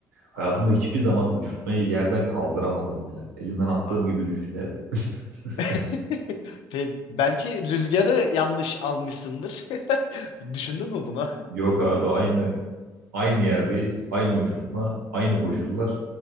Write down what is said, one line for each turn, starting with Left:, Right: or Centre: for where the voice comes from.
Right: Hayatımda
Left: Aa,
Right: hiçbir zaman uçurtmayı yerden kaldıramadım bile. Elimden attığım
Left: aa.
Right: gibi düştü hep. <laughs>
Left: <laughs> Pe- Belki rüzgarı yanlış almışsındır. <laughs> Düşündün mü bunu?
Right: Yok abi aynı Aynı yerdeyiz, aynı uçurtma, aynı koşullar.